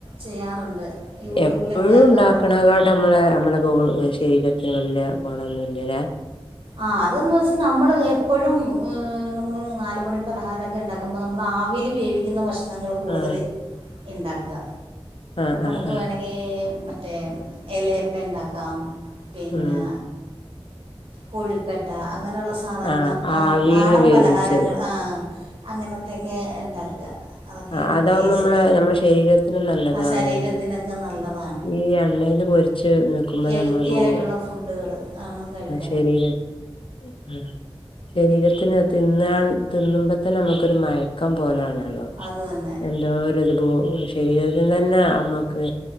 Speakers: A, on the right (about 70°); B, on the left (about 60°).
A: ചെയ്യാറുണ്ട് യൂട്യൂബിലൊക്കെ
B: എപ്പോഴും ഉണ്ടാക്കണക്കായിട്ട്
A: കാണുമ്പോൾ
B: നമ്മളെ നമ്മളെ ശരീരത്തിന് വല്യ ഗുണൊന്നുമല്ലല്ലേ
A: ആ അതന്ന് വെച്ചാ നമ്മള് എപ്പോഴും നമ്മൾ നാല മണി പലഹാരമൊക്കെ ഉണ്ടാക്കുമ്പോൾ നമ്മൾ ആവിൽ വേവിക്കുന്ന ഭക്ഷണം ഭക്ഷണങ്ങള്കൂടുതൽ
B: ആഹ്
A: ഇണ്ടാക്കുക
B: ആഹ്
A: നമുക്ക്
B: ആഹ് ആഹ്
A: വേണമെങ്കിൽ അങ്ങെ മറ്റേ ഇലയപ്പ ഉണ്ടാക്കാം പിന്നെ
B: ഉം
A: കൊഴുക്കെട്ട അങ്ങനെയുള്ള സാധനൾ
B: ആഹ്
A: നമ്മുടെ
B: ആവിയില്
A: നാടൻ
B: വേവിച്ചത്
A: പലഹാരങ്ങൾ ആ അങ്ങനത്തൊക്കെ ഉണ്ടാക്കുക അതൊക്കെയാണ്
B: ആ അതാവുമ്പോ
A: ടേസ്റ്റ്
B: നമ്മള നമ്മുടെ ശരീരത്തിനും നല്ലതാണ്
A: ആ ശരീരത്തിനൊക്കെ നല്ലതാണ്
B: ഈ എണ്ണൽ പൊരി കുച്ച് നിൽക്കുമ്പോ
A: ഹെൽത്തി
B: <unintelligible>
A: ആയിട്ടുള്ള ഫുഡുകൾ ആണ് കഴിക്കുക
B: ശരിരാ ആ ശരീരത്തിന് തിന്നാൻ തിന്നുമ്പത്തന്നെ നമുക്കൊരു മഴ ക്കം പോലാണല്ലോ
A: അത് തന്നെ
B: എന്തോ ഒരു അ ശരീരത്തി തന്നെ നമ്മക്ക്